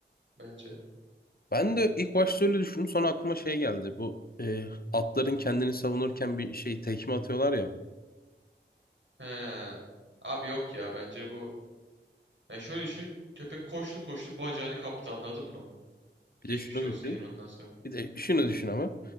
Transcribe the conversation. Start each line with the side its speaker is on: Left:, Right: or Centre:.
Right: Bence.
Left: Ben de ilk başta öyle düşündüm. Sonra aklıma şey geldi. Bu e, atların kendini savunurken bir şey tekme atıyorlar ya.
Right: He. Abi yok ya bence bu. Yani şöyle düşün. Köpek koştu koştu bacağını kaptı anladın mı?
Left: Bir
Right: Geçmiş
Left: de şunu
Right: olsun
Left: düşün.
Right: yani ondan sonra.
Left: Bir de şunu düşün ama.